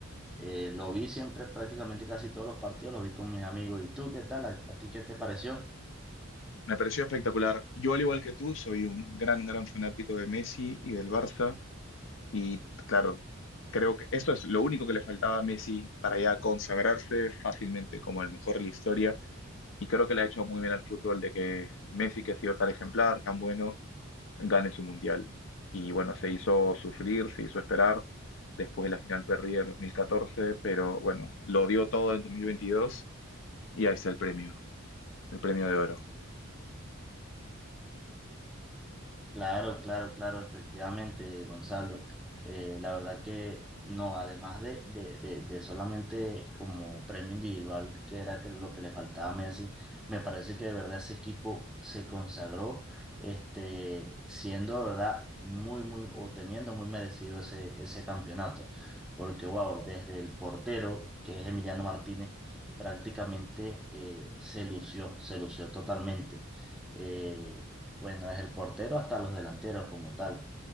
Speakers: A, in the centre; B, on the left.
A: eh, lo vi siempre, prácticamente casi todos los partidos, lo vi con mis amigos. ¿Y tú qué tal? ¿A, a ti qué te pareció?
B: Me pareció espectacular. Yo, al igual que tú, soy un gran, gran fanático de Messi y del Barça y, claro, creo que esto es lo único que le faltaba a Messi para ya consagrarse fácilmente como el mejor de la historia. Y creo que le ha hecho muy bien al fútbol de que Messi, que ha sido tan ejemplar, tan bueno, gane su mundial. Y bueno, se hizo sufrir, se hizo esperar después de la final perdida en 2014, pero bueno, lo dio todo en 2022 y ahí está el premio, el premio de oro.
A: Claro, claro, claro, efectivamente, Gonzalo. Eh, la verdad que no, además de, de, de, de solamente como premio individual, que era que lo que le faltaba a Messi, me parece que de verdad ese equipo se consagró, este, siendo de verdad muy, muy, o teniendo muy merecido ese, ese campeonato. Porque, wow, desde el portero, que es Emiliano Martínez, prácticamente eh, se lució, se lució totalmente. Eh, bueno, es el portero hasta los delanteros como tal.